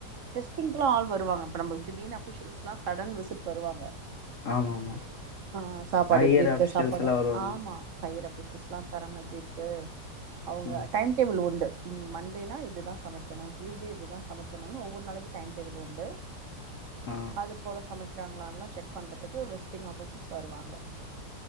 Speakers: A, on the right; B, on the left.
A: டெஸ்டிங்க்கு எல்லா ஆள் வருவாங்க இப்ப நம்பளக்கு திடீர்னு அஃபிஷியல்லா ஷடன் விசிட் வருவாங்க
B: ஆமா ஆமா
A: ஆ சாப்பாடு
B: ஹையர்
A: எப்டி இருக்கு
B: அஃபிஷியல்ஸ்
A: சாப்பாட
B: எல்லா வருவாங்க
A: ஆமா ஹையர் அஃபிஷியல்ஸ்லா தரம் எப்டி இருக்கு அவங்க
B: ம்
A: டைம் டேபிள் உண்டு ம் மண்டேனா இதுதா சமைக்கணு டியூஸ்டே இதுதா சமைக்கணு ஒவ்வொரு நாளைக்கு டைம் டேபிள் உண்டு
B: ஆ
A: அது போல சமைக்கிறாங்களானுல்லா செக் பண்றதுக்கு விசிட்டிங் ஆபீசர்ஸ் வருவாங்க